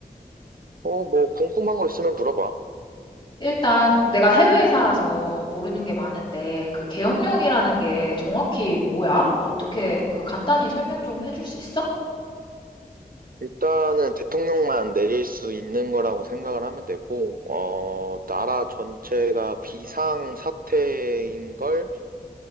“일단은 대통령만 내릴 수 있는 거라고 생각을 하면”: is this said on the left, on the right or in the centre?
Right